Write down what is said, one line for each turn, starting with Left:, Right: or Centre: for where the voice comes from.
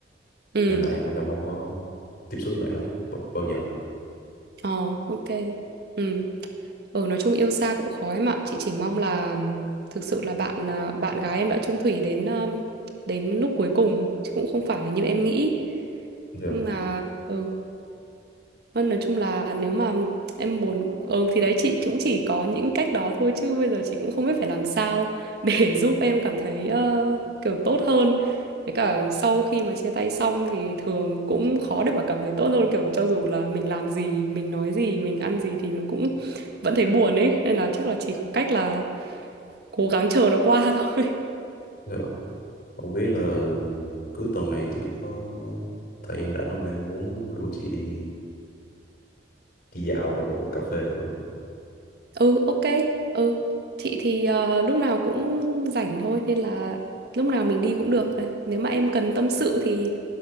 Right: ừ
Left: nên là em em không có tiếp xúc với bạn đó b- bao giờ
Right: ờ ok ừ Ừ, nói chung yêu xa cũng khó em ạ. Chị chỉ mong là thực sự là bạn à, bạn gái em đã chung thủy đến um, đến lúc cuối cùng chứ cũng không phải là như em nghĩ.
Left: giờ
Right: Nhưng mà ừ, Vâng, nói chung là nếu mà em buồn ừ thì đấy chị cũng chỉ có những cách đó thôi chứ bây giờ chị cũng không biết phải làm sao để <laughs> giúp em cảm thấy ờ, kiểu tốt hơn. Với cả sau khi mà chia tay xong thì thường cũng khó để mà cảm thấy tốt hơn kiểu cho dù là mình làm gì, mình nói gì, mình ăn gì thì nó cũng vẫn thấy buồn ấy. Nên là chắc là chỉ có cách là cố gắng chờ nó qua <laughs> thôi.
Left: giờ không biết là cuối tuần này chị có thời gian rảnh không em muốn rủ chị đi đi dạo đồ cà phê được không
Right: Ừ, ok. Ừ. Chị thì ờ, lúc nào cũng rảnh thôi nên là lúc nào mình đi cũng được. Nếu mà em cần tâm sự thì